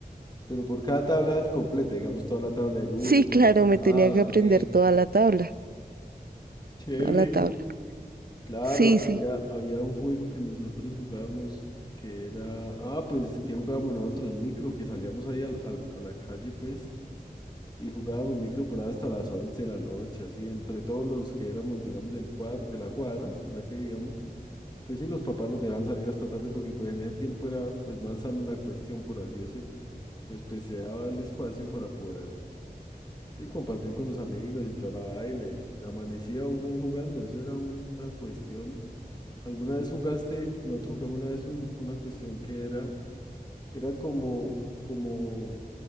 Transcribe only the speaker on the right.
Sí,
<laughs> claro,
me tenía
que aprender
toda la tabla,
toda la tabla.
Sí, sí.